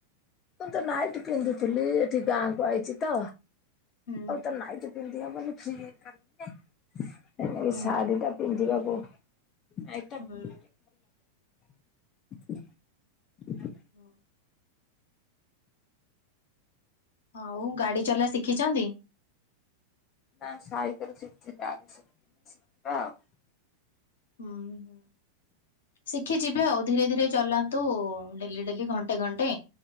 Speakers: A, on the left; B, on the left.
A: ମୁଁ ତ ନାଇଟ ପିନ୍ଧୁଥିଲି ଏଠି ଗାଁ କୁ ଆଇଚି ତ
B: ହୁଁ
A: ଆଉ
B: ହୁଁ
A: ତ ନାଇଟ ପିନ୍ଧି ହବନି। ଫ କରିବ <unintelligible> ଏଇ
B: ହୁଁ
A: ଶାଢୀ ଟା ପିନ୍ଧିବାକୁ ନାଇଟଟା।
B: ହୁଁ ହୁଁ। ହଉ ଗାଡି ଚଲା ଶିଖିଛନ୍ତି।
A: ନା ସାଇକଲ ଶିଖିଛି ଗାଡି ଶିଖିନି ଶିଖିବା ଅଉ।
B: ହୁଁ ହୁଁ ଶିଖି ଯିବେ ଆଉ ଧୀରେ ଧୀରେ ଚଲାନ୍ତୁ ଡେଲି ଡେଲି ଘଣ୍ଟେ ଘଣ୍ଟେ